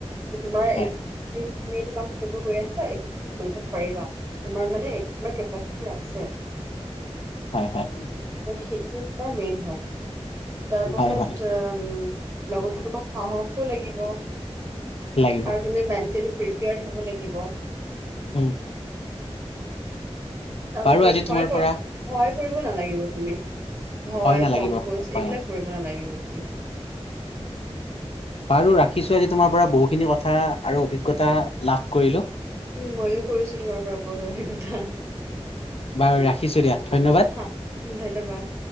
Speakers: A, on the right; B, on the left.
A: যে তোমাৰ এতিয়া।
B: হয়
A: তুমি এইটো কাম কৰিব লৈ আছা এইটো তুমি কৰিব পাৰিবা তোমাৰ মানেটো আছে।
B: হয়, হয়।
A: ত' সেইটো তোমাৰ মেইন হয়। তাৰ পাছত
B: হয় হয়
A: উম, লগতে তোমাৰ সাহস। আৰু তুমি, মেণ্টেলি
B: লাগিব
A: প্ৰিপয়াৰড হ'ব লাগিব।
B: উম,
A: তলে
B: বাৰু
A: তুমি
B: আজি
A: ভয়
B: তোমাৰ
A: কৰ
B: পৰা
A: ভয়। কৰিব নালাগিব তুমি ভয়
B: নালাগিব
A: সংকোচ
B: ভয়
A: এইবিলাক
B: নালাগিব
A: কৰিব নালাগিব। <unintelligible>
B: বাৰু ৰাখিছো আজি তোমাৰ পৰা বহুখিনি কথা আৰু অভিজ্ঞতা লাভ কৰিলো।
A: উ, ময়ো কৰিছো তোমাৰ পৰা বহুত অভিজ্ঞতা।
B: বাৰু ৰাখিছো দিয়া ধন্যবাদ
A: হয়, ধন্যবাদ।